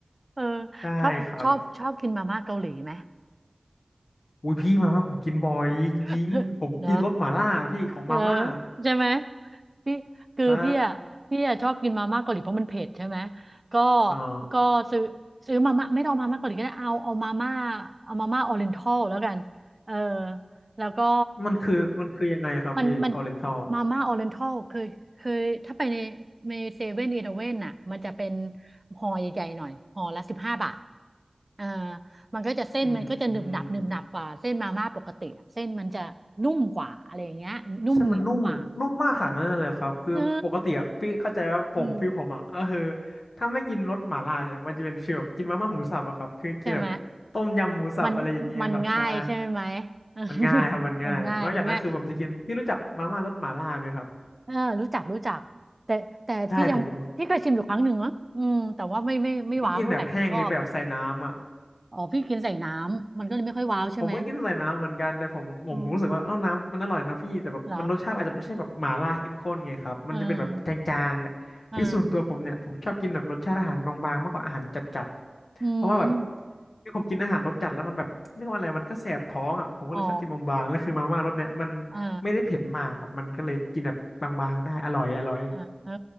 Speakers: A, on the right (about 30°); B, on the left (about 85°).
A: เออ
B: ได้ครับ
A: ชอบชอบชอบกินมาม่าเกาหลีไหม
B: อุ้ยพี่มาม่าผมกินบ่อยจริงๆผมกินรสหม่าล่าพี่ของมาม่า
A: <laughs> เหรอเออใช่ไหม พี่คือพี่อ่ะพี่อ่ะชอบกินมาม่าเกาหลีเพราะมันเผ็ดใช่ไหม
B: ได้
A: ก็
B: อ๋อ
A: ก็ซื้อซื้อมาม่าไม่ต้องมาม่าเกาหลีก็ได้เอาเอามาม่าเอามาม่าออริเอนทัลแล้วกันเออแล้วก็
B: มันคือมันคือยังไงครับพี่ออเรนทัล
A: มันมันมาม่าออริเอนทัลเคยเคยถ้าไปในในเซเว่นอีเลฟเว่นอ่ะมันจะเป็นห่อใหญ่ๆหน่อยห่อละสิบห้าบาทเออมันก็จะเส้นมันก็จะหนึบหนับหนึบหนับกว่าเส้นมาม่าปกติอะเส้นมันจะนุ่มกว่าอะไรอย่างเงี้ยนุ่มเหนียวกว่า
B: อืม ใช่มันนุ่มนุ่มมากขนาดนั้นเลยครับคือปกติอะพี่เข้าใจว่าผมพี่ผมอ่ะก็คือ
A: เออ อืม
B: ถ้าไม่กินรสหม่าล่าเนี่ยมันจะเป็นฟีลแบบกินมาม่าหมูสับอะครับคือกินแบบต้มยำหมูสับอะไรอย่างเงี้ยครับใช่
A: ใช่ไหมมันมันง่ายใช่ไหม <laughs>
B: มันง่ายครับมันง่ายนอกจากนั้นคือผมจะกินพี่รู้จักมาม่ารสหม่าล่าไหมครับ
A: มันง่ายมันง่ายเออรู้จักรู้จักแต่แต่พี่ยังพี่เคยชิมอยู่ครั้งหนึ่งนะอืมแต่ว่าไม่ไม่ไม่ว้าวเท่าไหร่หนูชอบเหรอ
B: ได้ผมพี่กินแบบแห้งหรือแบบใส่น้ำอ่ะ
A: อ๋อพี่กินใส่น้ำมันก็เลยไม่ค่อยว้าวใช่ไหม
B: ผมก็กินใส่น้ำเหมือนกัน แต่ผมผมรู้สึกว่าเอ้าน้ำมันอร่อยนะพี่แต่แบบมันรสชาติอาจจะไม่ใช่แบบหม่าล่าเข้มข้นไงครับมันจะเป็นแบบจางๆอะคือส่วนตัวผมเนี่ยผมชอบกินแบบรสชาติอาหารบางๆมากกว่าอาหารจัดๆ
A: อืมเหรอเออเอออืม
B: เพราะว่าแบบคือผมกินอาหารรสจัดแล้วมันแบบเรียกว่าอะไรมันก็แสบท้องอ่ะผมก็เลยชอบกินบางๆแล้วคือมาม่ารสเนี่ยมัน
A: อ๋อเออ
B: ไม่ได้เผ็ดมากครับมันก็เลยกินแบบบางๆได้อร่อยอร่อย
A: อ่าเออ